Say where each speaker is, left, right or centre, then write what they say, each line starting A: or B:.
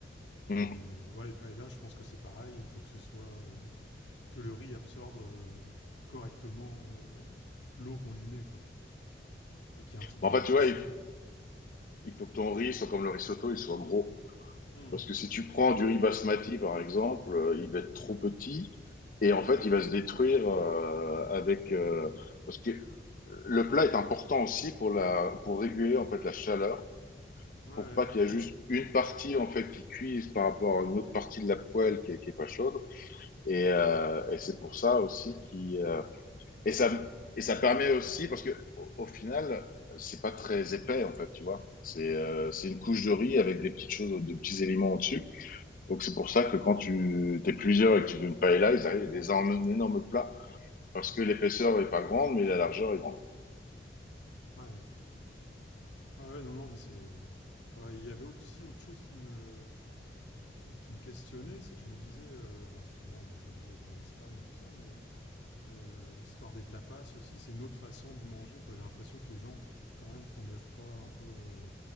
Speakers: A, on the left; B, on the left.
A: Mm.
B: Et euh, ouais, et là, je pense que c'est pareil. Il faut que ce soit euh, que le riz absorbe euh, correctement euh, l'eau qu'on lui met, quoi, et qu'il y ait un type
A: En
B: de
A: fait,
B: cuisson.
A: tu vois, il, il faut que ton riz soit comme le risotto, il soit gros.
B: Mmh.
A: Parce que si tu prends du riz basmati, par exemple, euh, il va être trop
B: Ouais.
A: petit et en fait, il va se détruire euh, avec... euh, parce que le plat est important aussi pour, la, pour réguler en fait la chaleur,
B: Ouais,
A: pour
B: ouais,
A: pas qu'il y ait juste une partie en fait qui cuise par rapport à une autre partie de la poêle qui est, qui est pas chaude. Et, euh, et c'est pour ça aussi qui... euh, et, ça, et ça permet aussi, parce que au, au final, c'est pas très épais en fait, tu vois. C'est euh, c'est une couche de riz avec des petites choses, des petits éléments au-dessus. Donc c'est pour ça que quand tu es plusieurs et que tu veux une paella, ils arrivent avec des énormes, énormes plats parce que l'épaisseur n'est pas grande, mais la largeur est grande.
B: ouais. Ouais, ouais, non, non, mais c'est... Voilà, il y avait aussi autre chose qui me, euh, qui me questionnait, c'est que je me disais, euh, bah, souvent, bah, j'ai déjà été en Espagne et tout ça, mais euh, l'histoire des tapas aussi, c'est une autre façon de manger, quoi. J'ai l'impression que les gens, f- quand même, font des repas un peu, euh,